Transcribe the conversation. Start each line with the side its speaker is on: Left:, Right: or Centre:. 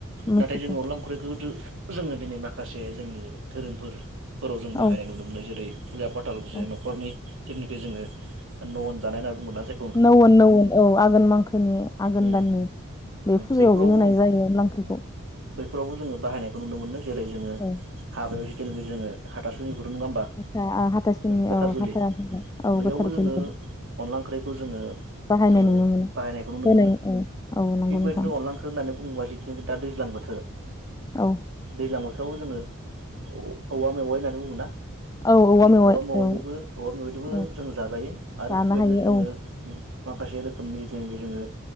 Left: मिथिगौ
Right: नाथाय जोंङो अनला ओंख्रिखौ जोङो दिनै माखासे जोंनि धोरोमफोर फोराव जों बाहायनाय
Left: औ
Right: नुनो मोनो जेरै फुजा पाथाल ज
Left: औ
Right: न'खरनि जेनोखि जोङो न'आव जानाय होनना बुंङो ना। जाय
Left: नौ नौ औ आघोन मांखोनि आघोन
Right: उम
Left: दाननि बे फुजायावबो
Right: बैफोरावबो
Left: होनाय जायो अनला ओंख्रिखौ
Right: बैफोरावबो जोङो बाहायनायखौ नुनो मोनो। जेरै जोङो
Left: औ
Right: हाबायाव जेथुनु जोङो हाथासुनिफोर' नङा होमबा।
Left: हाथ हाथासिनि
Right: गोथार
Left: औ
Right: जुलि
Left: हाथ औ
Right: बैयावबो
Left: गोथार
Right: जोङो
Left: जुलि
Right: अनला ओंख्रिखौ जोङो
Left: बाहायनाय
Right: जोङो
Left: नुनो मोनो
Right: बाहायनायखौ नुनो
Left: होनाय
Right: मोनो। थिग
Left: औ औ नंगौ
Right: बेबायदिनो
Left: नोंथां
Right: अनला ओंख्रि बोथोर होननानै बुङोब्ला जिथुनिखि दा दैज्लां बोथोर
Left: औ
Right: दैज्लां बोथोरावबो जोङो औ औवा मेवाइ होननानै बुङो ना
Left: औ
Right: बै
Left: मेवाइ
Right: औवा मेवाइजोंबो
Left: औ
Right: औवा मेवाइजोंबो
Left: औ
Right: जों जाजायो आरो।
Left: जानो
Right: बेफोरबायदिनो
Left: हायो
Right: जोङो
Left: औ
Right: उम माखासे रोखोमनि जे जोङो